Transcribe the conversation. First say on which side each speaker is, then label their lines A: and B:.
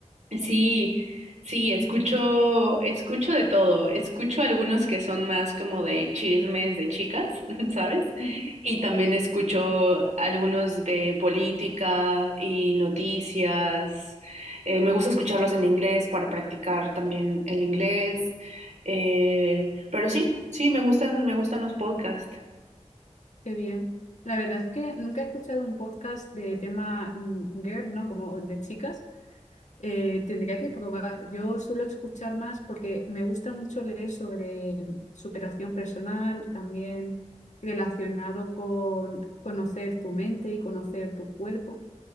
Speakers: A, on the right; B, on the left.
A: sí, sí, escucho, escucho de todo. Escucho algunos que son más como de chismes de chicas, <laughs> ¿sabes?
B: Ujú.
A: Y también escucho algunos de política y noticias. Eh, me gusta escucharlos en inglés para practicar también el inglés. Eh, pero sí, sí, me gustan, me gustan los podcasts.
B: Qué bien. La verdad es que nunca he escuchado un podcast de tema mm, girl, ¿no? Como de chicas. Eh, tendría que probar. Yo suelo escuchar más porque me gusta mucho leer sobre mm, superación personal, también relacionado con conocer tu mente y conocer tu cuerpo.